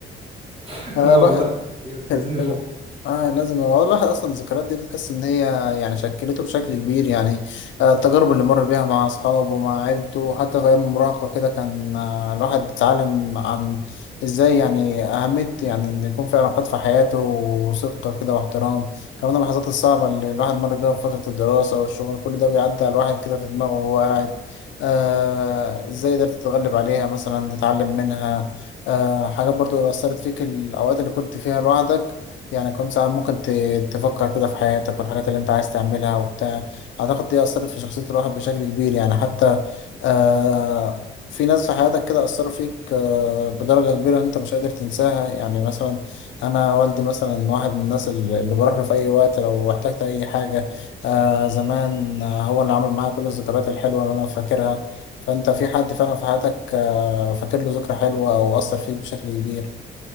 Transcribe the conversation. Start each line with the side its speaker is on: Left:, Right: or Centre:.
Right: <laughs>
Left: آه
Right: لا
Left: الواحد
Right: والله بجد
Left: ال-
Right: عايزين نفك
Left: ال- اه لازم هو الواحد اصلا الذكريات دي بتحس ان هي يعني شكلته بشكل كبير يعني آه، التجارب اللي مر بيها مع اصحابه مع عيلته حتى في ايام المراهقه كده كان آه، الواحد اتعلم عن ازاي يعني اهميه يعني ان يكون في علاقات في حياته وصدق كده واحترام كمان اللحظات الصعبه اللي الواحد مر بيها في فتره الدراسه والشغل كل ده بيعدي على الواحد كده في دماغه وهو قاعد آه، ازاي قدرت تتغلب عليها مثلا تتعلم منها آه، حاجات برضو اللي أثرت فيك الأوقات اللي كنت فيها لوحدك يعني كنت ساعات ممكن ت- تفكر كده في حياتك والحاجات اللي أنت عايز تعملها وبتاع أعتقد دي أثرت في شخصية الواحد بشكل كبير يعني حتى آه في ناس في حياتك كده أثروا فيك آه بدرجة كبيرة أنت مش قادر تنساها يعني مثلا أنا والدي مثلا واحد من الناس اللي اللي بروح له في أي وقت لو احتجت أي حاجة آه زمان آه، هو اللي عمل معايا كل الذكريات الحلوة اللي أنا فاكرها فانت في حد فعلا في حياتك آه، فاكر له ذكرى حلوة او اثر فيك بشكل كبير